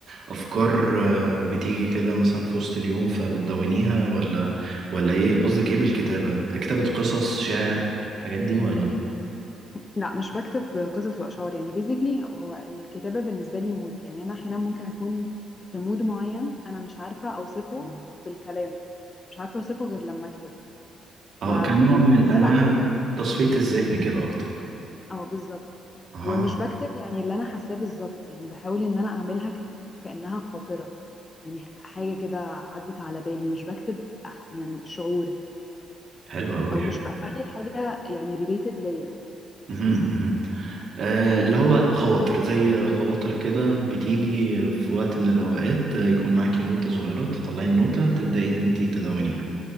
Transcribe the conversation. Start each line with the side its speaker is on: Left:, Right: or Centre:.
Right: أفكار آه، بتيجي كده مثلا في وسط اليوم فبتدونيها ولا ولا إيه قصدك إيه بالكتابة؟ كتابة قصص شعر الحاجات دي ولا؟
Left: لا مش بكتب قصص واشعار يعني بيزيكلي هو الكتابه بالنسبه لي مود يعني انا احيانا ممكن اكون في مود معين انا مش عارفه اوصفه بالكلام مش عارفه اوصفه غير لما اكتب
Right: أه
Left: فيعني
Right: كنوع
Left: الكتابه
Right: من أنواع
Left: احيانا
Right: تصفية الذهن كده أكتر
Left: اه بالظبط
Right: أها
Left: ومش بكتب يعني اللي انا حاساه بالظبط يعني بحاول ان انا اعملها ك- كانها خاطره يعني حاجه كده عدت على بالي مش بكتب أح- يعني شعور
Right: حلو أوي
Left: او
Right: حلو.
Left: مش بخلي الحاجه يعني ريليتد ليا
Right: مهم،
Left: قصدي
Right: مهم. آه، اللي هو خواطر زي خواطر كده بتيجي في وقت من الأوقات آه، يكون معاكي نوتة صغيرة تطلعي النوتة تبدأي إن أنتي تدونيها